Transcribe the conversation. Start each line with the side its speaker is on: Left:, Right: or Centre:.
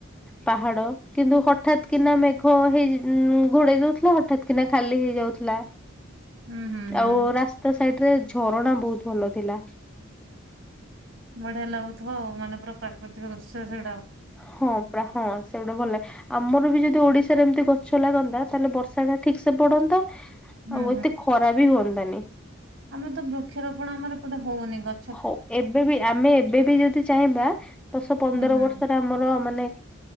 Centre: ପାହାଡ଼ କିନ୍ତୁ ହଠାତ୍ କିନା ମେଘ ହେଇ ଘୋଡେଇ ଦଉଥିଲା ହଠାତ୍ କିନା ଖାଲି ହେଇଯାଉଥିଲା।
Right: ହୁଁ ହୁଁ ହୁଁ
Centre: ଆଉ ରାସ୍ତା ସାଇଟିରେ ଝରଣା ବହୁତ୍ ଭଲ ଥିଲା।
Right: ବଢ଼ିଆ ଲାଗୁଥିବ ଆଉ ମାନେ ପୁରା ପ୍ରାକୃତିକ ଦୃଶ୍ୟ ସେଗୁଟାକ।
Centre: ହଁ ପାରା ହଁ ସେଗୁଡ଼ା ଭଲ ଲାଗେ ଆମରବି ଯଦି ଓଡିଶାରେ ଏମତି ଗଛ ଲାଗନ୍ତା ତାହେଲେ ବର୍ଷାଟା ଠିକ୍ ସେ ପଡ଼ନ୍ତା। ଆଉ
Right: ହୁଁ
Centre: ଏତେ ଖରାବି ହଅନ୍ତାାନି।
Right: ଆମରତ ବୃକ୍ଷରୋପଣ ଆମର ଏପଟେ ହଉନି ଗ
Centre: ହଉ ଏବେବି ଆମେ ଏବେବି ଯଦି ଚାହିଁବା ଦଶ ପନ୍ଦର
Right: ହୁଁ ହୁଁ।
Centre: ବର୍ଷ ଆମର ମାନେ